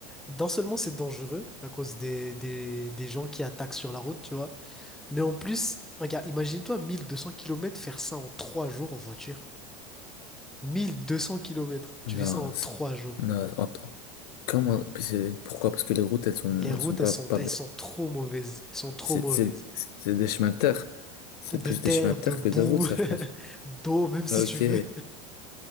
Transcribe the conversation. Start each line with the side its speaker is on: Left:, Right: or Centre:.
Centre: non seulement c'est dangereux à cause des, des, des gens qui attaquent sur la route, tu vois, mais en plus, regarde, imagine-toi 1200 kilomètres faire ça en trois jours en voiture. 1200 kilomètres.
Left: Non,
Centre: tu fais ça en trois
Left: c'est-
Centre: jours.
Left: non, attends. Comment, c'est- pourquoi? Parce que les routes, elles sont,
Centre: Les routes,
Left: elles sont pas,
Centre: elles sont,
Left: pas,
Centre: elles sont trop mauvaises. Elles sont trop
Left: C'est
Centre: mauvaises.
Left: c'est- c'est des chemins de terre. C'est
Centre: De
Left: plus
Centre: terre,
Left: des chemins de
Centre: de
Left: terre
Centre: boue,
Left: que des routes, ça, je pense.
Centre: <laughs> d'eau, même si
Left: Ok.
Centre: tu veux.